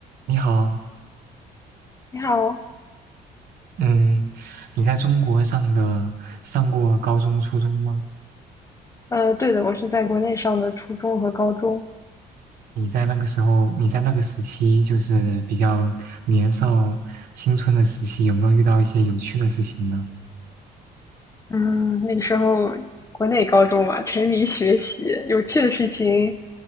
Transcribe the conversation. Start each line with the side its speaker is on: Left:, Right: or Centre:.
Right: 你好，
Left: 你好，
Right: 嗯，你在中国上的上过高中、初中吗？
Left: 呃，对的，我是在国内上的初中和高中。
Right: 你在那个时候，你在那个时期，就是比较年少青春的时期，有没有遇到一些有趣的事情呢？
Left: 嗯，那个时候国内高中嘛，沉迷学习，有趣的事情